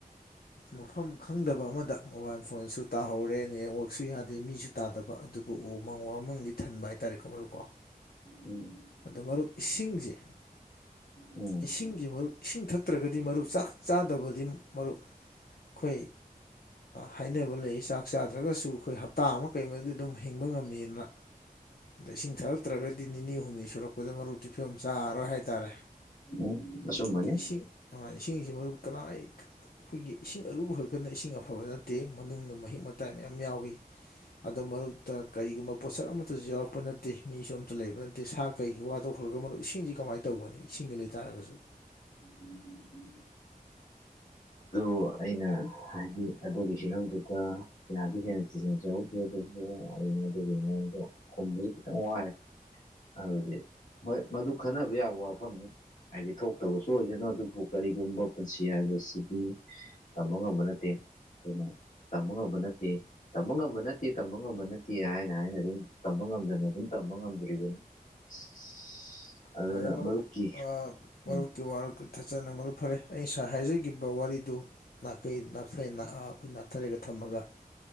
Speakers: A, on the left; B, on the left.
A: ꯃꯐꯝ ꯈꯪꯗꯕ ꯑꯃꯗ ꯃꯣꯕꯥꯏꯜ ꯐꯣꯟꯁꯨ ꯇꯥꯍꯧꯔꯦ ꯅꯦꯠꯋꯥꯛꯁꯨ ꯌꯥꯗꯦ ꯃꯤꯁꯨ ꯇꯥꯗꯕ ꯑꯗꯨꯕꯨ ꯎꯃꯪ ꯋꯥꯃꯪꯗꯤ ꯊꯟꯕ ꯍꯥꯏꯇꯥꯔꯦꯀꯣ ꯃꯔꯨꯞꯀꯣ
B: ꯎꯝ
A: ꯑꯗꯣ ꯃꯔꯨꯞ ꯏꯁꯤꯡꯁꯦ
B: ꯎꯝ
A: ꯏꯁꯤꯡꯁꯦ ꯃꯔꯨꯞ ꯏꯁꯤꯡ ꯊꯛ ꯅꯠꯇ꯭ꯔꯒꯗꯤ ꯃꯔꯨꯞ ꯆꯥꯛ ꯆꯥꯗꯕꯗꯤ ꯃꯔꯨꯞ ꯑꯩꯈꯣꯏ ꯍꯥꯏꯅꯕ ꯂꯩ ꯆꯥꯛ ꯆꯥꯗ꯭ꯔꯒꯁꯨ ꯑꯩꯈꯣꯏ ꯍꯞꯇꯥ ꯑꯃ ꯀꯩꯃꯗꯤ ꯑꯗꯨꯝ ꯍꯤꯡꯕ ꯉꯝꯃꯤꯗꯅ ꯏꯁꯤꯡ ꯊꯥꯔꯛꯇ꯭ꯔꯒꯗꯤ ꯅꯤꯅꯤ ꯍꯨꯝꯅꯤ ꯁꯨꯔꯛ ꯁꯨꯔꯛꯄꯗꯤ ꯃꯔꯨꯞꯇꯤ ꯐꯤꯕꯝ ꯆꯥꯔꯔꯣꯏ ꯍꯥꯏꯇꯥꯔꯦ
B: ꯎꯝ ꯑꯆꯨꯝꯕꯅꯤ
A: ꯑꯗꯨ ꯏꯁꯤꯡ ꯏꯡꯤꯡꯁꯤ ꯃꯔꯨꯞ ꯀꯅꯥ ꯂꯩ ꯑꯩꯈꯣꯏꯒꯤ ꯏꯁꯤꯡ ꯑꯔꯨꯕ ꯈꯛꯇꯅ ꯏꯁꯤꯡ ꯑꯐꯕ ꯅꯠꯇꯦ ꯃꯅꯨꯡꯗ ꯃꯍꯤꯛ ꯃꯇꯥꯏ ꯃꯌꯥꯝ ꯌꯥꯎꯏ ꯑꯗꯨ ꯃꯔꯛꯇ ꯀꯔꯤꯒꯨꯝꯕ ꯄꯣꯠꯁꯛ ꯑꯃꯇꯁꯨ ꯌꯥꯎꯔꯛꯄ ꯅꯠꯇꯦ ꯃꯤꯁꯨ ꯑꯃꯇ ꯂꯩꯕ ꯅꯠꯇꯦ ꯁꯥꯔ ꯀꯩꯒꯤ ꯋꯥ ꯇꯧꯈ꯭ꯔꯒ ꯃꯔꯨꯞ ꯏꯁꯤꯡꯁꯤ ꯀꯃꯥꯏꯅ ꯇꯧꯒꯅꯤ ꯏꯁꯤꯡꯁꯧ ꯂꯩꯇꯥꯥꯔꯒꯁꯨ
B: ꯎꯝ ꯑꯣ ꯑꯩꯅ ꯍꯥꯏꯗꯤ ꯑꯗꯨꯒꯤ ꯍꯤꯔꯝꯗꯨꯗ ꯌꯥꯝꯗꯤ ꯍꯦꯟꯅ ꯊꯤꯖꯤꯟꯗ꯭ꯔꯒꯁꯨ ꯑꯗꯨꯕꯨ ꯑꯗꯨꯒꯤ ꯃꯑꯣꯡꯗꯣ ꯈꯨꯝꯕꯗꯤ ꯈꯤꯇꯪ ꯋꯥꯔꯦ ꯑꯗꯨꯗꯤ ꯍꯣꯏ ꯃꯗꯨ ꯈꯟꯅꯕ ꯌꯥꯕ ꯋꯥꯐꯝꯅꯤ ꯍꯥꯏꯗꯤ ꯊꯣꯛꯇꯕꯁꯨ ꯑꯣꯏꯁꯅꯨ ꯑꯗꯨꯕꯨ ꯀꯔꯤꯒꯨꯝꯕ ꯄꯨꯟꯁꯤ ꯍꯥꯏꯕꯁꯤꯗꯤ ꯇꯝꯕ ꯉꯝꯕ ꯅꯠꯇꯦ ꯑꯗꯨꯅ ꯇꯝꯕ ꯉꯝꯕ ꯅꯠꯇꯦ ꯇꯝꯕ ꯉꯝꯕ ꯅꯠꯇꯦ ꯇꯝꯕ ꯉꯝꯕ ꯅꯠꯇꯦ ꯍꯥꯏꯅ ꯍꯥꯏꯅ ꯑꯗꯨꯝ ꯇꯝꯕ ꯉꯝꯗꯅ ꯑꯗꯨꯝ ꯇꯝꯕ ꯉꯝꯗ꯭ꯔꯤꯕꯅꯤ <inaudible>
A: ꯐꯔꯦ ꯃꯔꯨꯞ
B: ꯃꯔꯨꯞꯀꯤ
A: ꯑꯥ ꯃꯔꯨꯞꯇꯤ
B: ꯎꯝ
A: ꯋꯥꯔ ꯊꯥꯆꯅ ꯃꯔꯨꯞ ꯐꯔꯦ ꯑꯩ ꯉꯁꯥꯏ ꯍꯥꯏꯖꯒꯤꯈꯤꯕ ꯋꯥꯔꯤꯗꯨ ꯅꯥꯀꯩ ꯅꯥꯈꯩ ꯅꯥꯍꯥꯞ ꯅꯥꯊꯩꯔꯒ ꯊꯝꯃꯒ